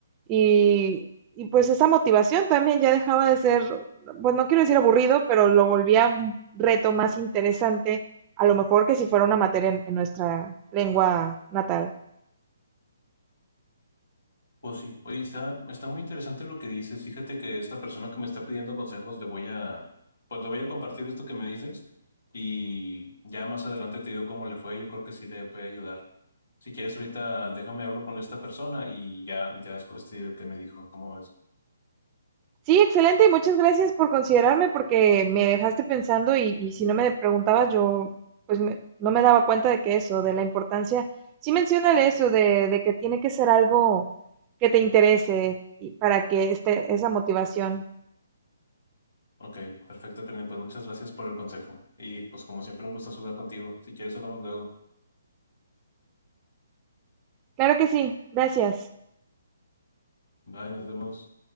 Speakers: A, on the right; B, on the left.
A: Y y pues esa motivación también ya dejaba de ser, pues no quiero decir aburrido, pero lo volvía un reto más interesante, a lo mejor que si fuera una materia en, en nuestra lengua natal.
B: Pues sí, oye, está, está muy interesante lo que dices. Fíjate que esta persona que me está pidiendo consejos, le voy a, pues le voy a compartir esto que me dices y ya más adelante te digo cómo le fue. Yo creo que sí le puede ayudar. Si quieres, ahorita déjame hablo con esta persona y ya, ya después te digo qué me dijo, cómo ves.
A: Sí, excelente y muchas gracias por considerarme porque me dejaste pensando y, y si no me preguntabas yo pues me- no me daba cuenta de que eso, de la importancia. Sí menciona eso, de, de que tiene que ser algo que te interese y para que esté esa motivación.
B: Ok, perfecto, Karina, pues muchas gracias por el consejo. Y pues como siempre, un gusto hablar contigo. Si quieres, hablamos luego.
A: Claro que sí, gracias.
B: Bye, nos vemos.